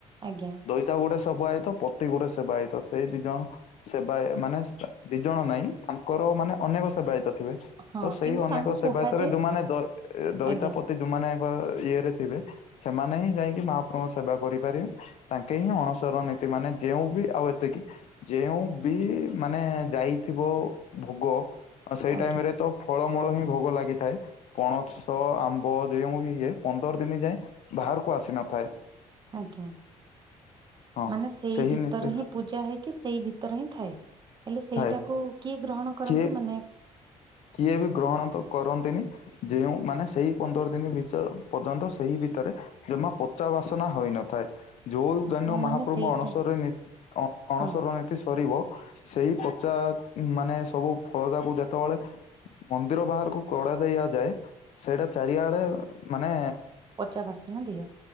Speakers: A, on the right; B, on the left.
A: ଆଜ୍ଞା।
B: ଦଇତା ଗୋଟେ ସବଆଏତ ପତି ଗୋଟେ ସେବାଇତ ସେଇ ଦି ଜଣ ସେବାୟ ମାନେ ଦି ଜଣ ନାଇଁ ତାଙ୍କର ମାନେ ଅନେକ ସେବାୟତ। ଥିବେ
A: ହଁ
B: ସେଇ
A: କିନ୍ତୁ
B: ଅନେକ
A: ତାଙ୍କୁ
B: ସେବାୟତରେ
A: କୁହାଯାଏ
B: ଯୋଉମାନେ ଦଇ ଦଇତାପତି
A: ଆଜ୍ଞା
B: ଯୋଉମାନେଙ୍କ ଇଏ ରେ ଥିବେ ସେମାନେ ହିଁ ଯାଇକି ମହାପ୍ରଭୁଙ୍କ ସେବା କରିପାରିବେ। ତାଙ୍କେ ହିଁ ଅଣସର ନୀତି ମାନେ ଯେଉଁ ବିି ଆଉ ଏତିକି ଯେଉଁ ବି ମାନେ ଯାଇଥିବ ଭୋଗ ସେଇ
A: ଆଜ୍ଞା
B: ଟାଇମ ରେ ତ ଫଳମୂଳ ହିଁ ଭୋଗ ଲାଗିଥାଏ ପଣସ ଆମ୍ବ ଯେଉଁ ବି ଇଏ ପନ୍ଦର ଦିନ ଯାଏଁ ଭାହାରକୁ ଆସି ନଥାଏ।
A: ଆଜ୍ଞା
B: ହଁ
A: ମାନେ ସେଇ
B: ସେହି
A: ଭିତରେ
B: ନୀତି
A: ହିଁ ପୂଜା ହେଇକି ସେଇ ଭିତ ତରେ ହିଁ ଥାଏ ହେଲେ ସେଇଟାକୁ
B: ଥାଏ
A: କିଏ ଗ୍ରହଣ କରନ୍ତି
B: କିଏ
A: ମାନେ
B: କିଏ ବି ଗ୍ରହଣ ତ କରନ୍ତିନି ଯେଉଁ ମାନେ ସେଇ ପନ୍ଦର ଦିନ ଭିତର ପର୍ଯ୍ୟନ୍ତ ସେଇ ଭିତରେ ଜମା ପଚା ବାସନା ହୋଇନଥାଏ ଯୋଉ ଯଉ ଦିନ
A: ମୁଁ
B: ମହାପ୍ରଭୁଙ୍କ
A: ମାନେ ସେଇଟା
B: ଅଣସର ନୀତି ଅଣ ଅଣସର
A: ହଁ
B: ନୀତି ସରିବ ସେଇ ପଚା ମାନେ ସବୁ ଫଳ ଯାକୁ ଯେତେବେଳେ ମନ୍ଦିର ବାହାରକୁ କଡା ଦିଆଯାଏ ସେଇଟା ଚାରିଆଡେ ମାନେ
A: ପଚା ବାସ୍ନା ଦିଏ।